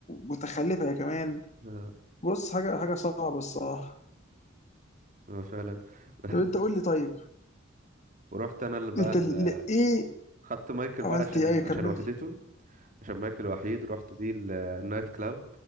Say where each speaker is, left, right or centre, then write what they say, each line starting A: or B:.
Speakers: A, on the left; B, on the right.
A: متخلفه يا كمان
B: آه،
A: بص حاجه حاجه صعبه الصراحه
B: آه، فعلا <laughs>
A: طب انت قول لي طيب
B: ورحت أنا اللي بقى
A: انت
B: ال-
A: ل- ايه
B: خدت مايكل بقى
A: عملت
B: عشان
A: ايه أيوة،
B: عشان
A: كمل
B: وحدته
A: لي
B: شماك الوحيد رحت بيه ال- النايت كلاب